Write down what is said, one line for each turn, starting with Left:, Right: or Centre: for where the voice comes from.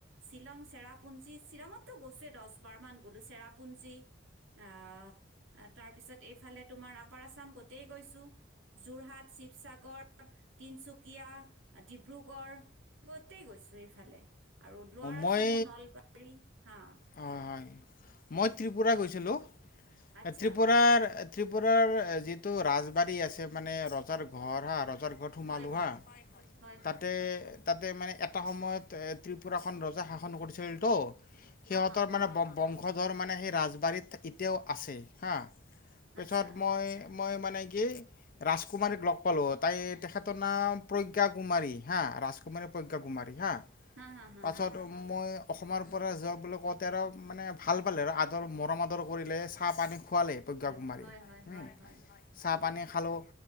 Right: শ্বিলং চেৰাপুঞী, শ্বিলঙতো গৈছোৱে দহ বাৰ মান গ'লো। চেৰাপুঞ্জী জী। আহ, আ তাৰপিছত এইফালে তোমাৰ আপাৰ আছাম গো তেই গৈছোঁ। যোৰহাট, শিৱসাগৰ, তিনচুকীয়া। ডিব্ৰুগড় গতেই গৈছো এইফালে। আৰু লোৱাৰ
Left: মই
Right: আচামো
Left: বৰা
Right: নলবাৰী হা।
Left: হয় হয় মই ত্ৰিপুৰা গৈছিলোঁ।
Right: আচ্ছা
Left: ত্ৰিপুৰাৰ ত্ৰিপুৰাৰ যিটো ৰাজবাৰী আছে মানে ৰজাৰ ঘৰ হা ৰজাৰ আগত সোমালো
Right: হয় হয়
Left: হা
Right: হয়
Left: তাতে
Right: হয়
Left: - তাতে মানে এটা সময়ত এ ত্ৰিপুৰাখন ৰজা শাসন কৰিছিল তো
Right: হা
Left: সিহঁতৰ
Right: হা হা
Left: মানে বং বংশ শধৰৰ মানে সেই ৰাজবাৰীত এতিয়াও আছে হাঁ পিছত
Right: আচ্ছা
Left: মই মই মানে কি ৰাজকুমাৰীক লগ পালোঁ। তাই - তেখেতৰ নাম প্ৰজ্ঞা কুমাৰী হা। ৰাজকুমাৰী প্ৰজ্ঞা কুমাৰী হা।
Right: হা হা হা
Left: পাছত
Right: হা
Left: মই অসমৰ পৰা যোৱা বুলি কওঁতে আৰ মানে ভাল পালে আৰু আদৰ মৰম আদৰ কৰিলে চাহ পানী খুৱালে প্ৰজ্ঞা
Right: হয়
Left: কুমাৰীয়
Right: হয় হয়
Left: <unintelligible>
Right: হয় হয়
Left: চাহ
Right: উম,
Left: পানী খালো।